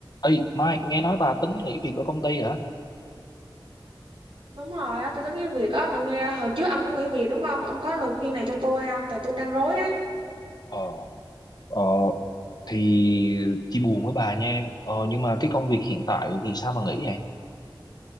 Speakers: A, on the left; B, on the right.
A: Ê, Mai, nghe nói bà tính nghỉ việc ở công ty hả?
B: Đúng rồi á, tôi tính nghỉ việc á, mà nghe hồi trước ông cũng nghỉ việc đúng không? Ông có lời khuyên này cho tôi không? Tại tôi đang rối á.
A: Ờ, ờ, thì chia buồn với bà nha. Ờ, nhưng mà cái công việc hiện tại thì sao mà nghỉ vậy?